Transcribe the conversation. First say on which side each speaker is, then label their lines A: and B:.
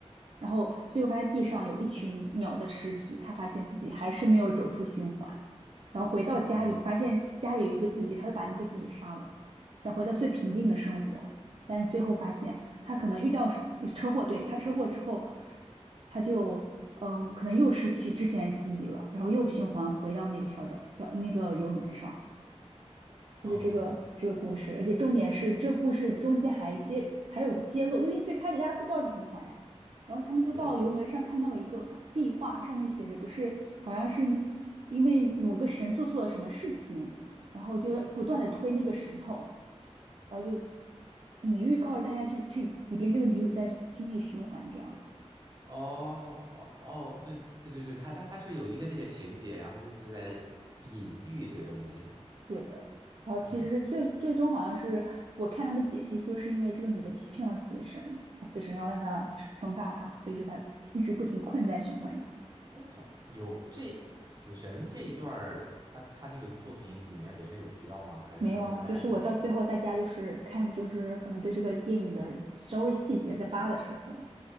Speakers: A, on the right; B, on the right.
A: 然后最后发现地上有一群鸟的尸体，他发现自己还是没有走出循环，然后回到家里，
B: 哦，
A: 发现家里有一个自己，他就把那个自己杀了，想回到最平静的生活，但是最后发现他可能遇到是车祸，对，他车祸之后，他就嗯，可能又失去之前的记忆了，然后又循环回到那个小岛小那个游轮上。
B: 嗯，
A: 就是这个这个故事，而且重点是这故事中间还揭还有揭露，因为最开始大家不知道是循环呀，然后他们就到游轮上看到了一个壁画，
B: 对对，
A: 上面写着不是好像是因为某个神做错了什么事情，然后就不断的推那个石头，然后就隐喻告诉大家这这里边这个女主在经历循环这样子。
B: 哦哦哦，对对对对，他他他是有一个那个情节，然后就是在隐喻这个东西，
A: 对的。然后其实是最最终好像是我看他们解析说是因为这个女的欺骗了死神，
B: 嗯。
A: 死神要让她惩罚她，所以就才一直不停困在循环中。
B: 哎，好，有这死神这一段儿，他他那个作品里面本身有提到吗？还是说是大家解读的？
A: 没有啊，就是我到最后大家就是看就是可能对这个电影的稍微细节在扒的时候，